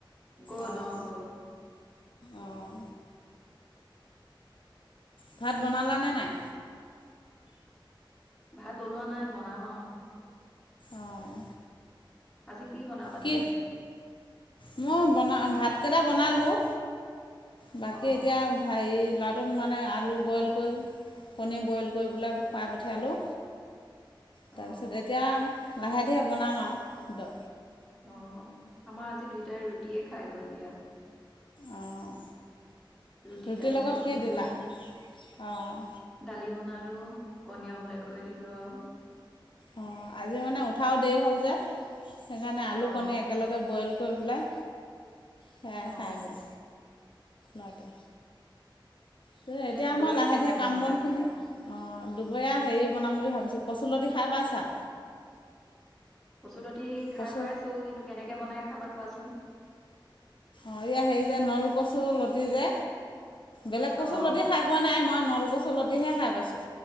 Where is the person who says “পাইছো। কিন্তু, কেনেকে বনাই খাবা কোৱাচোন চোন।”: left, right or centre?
Centre